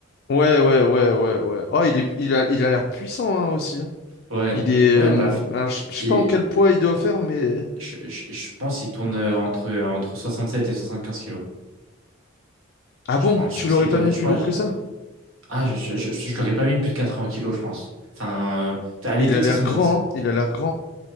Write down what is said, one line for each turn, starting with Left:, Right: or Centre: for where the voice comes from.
Left: ouais, ouais, ouais, ouais, ouais. Oh, il est, il a, il a l'air puissant, hein, aussi. hein.
Right: Ouais,
Left: Il est,
Right: ouais,
Left: euh,
Right: bah,
Left: alors, je je sais
Right: et
Left: pas en quel poids il doit faire, mais.
Right: je, je, je pense qu'il tourne euh, entre, euh, entre 67 et 75 kilos.
Left: Ah
Right: Je
Left: bon,
Right: pense,
Left: tu
Right: je pense
Left: l'aurais
Right: qu'il est dans-
Left: pas mis
Right: je
Left: plus
Right: pense,
Left: lourd
Right: je-
Left: que ça?
Right: ah, je, je, je, je l'aurais pas mis plus de 80 kilos, je pense. Enfin, euh, allez,
Left: Il
Right: peut-être
Left: a l'air
Right: 75.
Left: grand, hein. Il a l'air grand.